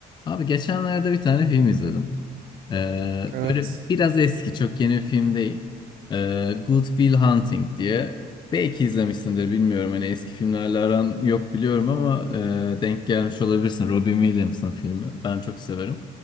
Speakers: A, on the left; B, on the right.
A: Abi geçenlerde bir tane film izledim. Ee,
B: Evet.
A: böyle biraz eski, çok yeni bir film değil. Ee, Good Will Hunting diye. Belki izlemişsindir bilmiyorum. Hani eski filmlerle aran yok biliyorum
B: Hı
A: ama
B: hı.
A: e, denk gelmiş olabilirsin. Robin Williams'ın filmi. Ben çok severim.